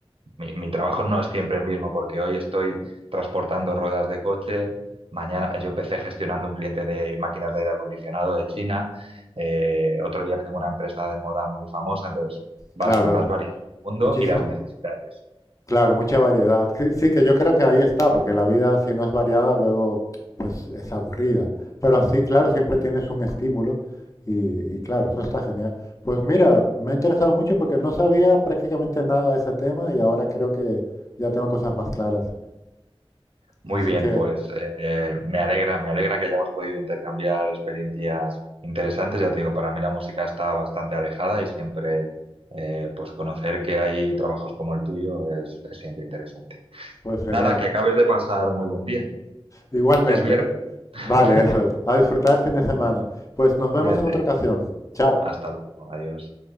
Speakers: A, on the right; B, on the left.
A: mi, mi trabajo no es siempre el mismo, porque hoy estoy transportando ruedas de coche, mañana yo empecé gestionando un cliente de máquinas de aire acondicionado de China, eh, otro día tengo una empresa de moda muy famosa, entonces vas,
B: claro.
A: vas variando el mundo
B: Muchísimas.
A: y las necesidades.
B: Claro, mucha variedad. Sí, sí, que yo creo que ahí está, porque la vida si no es variada, luego pues es aburrida. Pero así, claro, siempre tienes un estímulo y, y claro, eso está genial. Pues mira, me ha interesado mucho porque no sabía prácticamente nada de ese tema y ahora creo que ya tengo cosas más claras.
A: Muy
B: Así
A: bien,
B: que,
A: pues eh, me alegra, me alegra que hayamos podido intercambiar experiencias interesantes. Ya te digo, para mí la música está bastante alejada y siempre, eh, pues conocer que hay trabajos como el tuyo es es siempre interesante.
B: pues genial.
A: Nada, que acabes de pasar muy buen día.
B: Igualmente,
A: Ya es viernes.
B: ¿eh?
A: <laughs>
B: Vale, eso. A disfrutar el fin de semana. Pues nos vemos
A: Cuídate.
B: en otra ocasión. Chao.
A: Hasta luego. Adiós.